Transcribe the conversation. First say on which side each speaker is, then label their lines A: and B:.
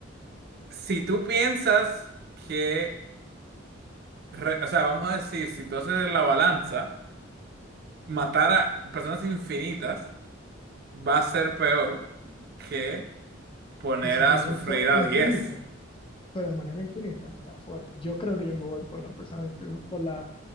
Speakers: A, on the right; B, on the left.
A: Si tú piensas que... re- o sea, vamos a decir, si tú haces la balanza... matar a personas infinitas va a ser peor que poner
B: Que sufrimiento
A: a sufrir
B: infinita,
A: a diez
B: pero de manera infinita, está fuerte. Yo creo que yo me voy por la persona, infi- por la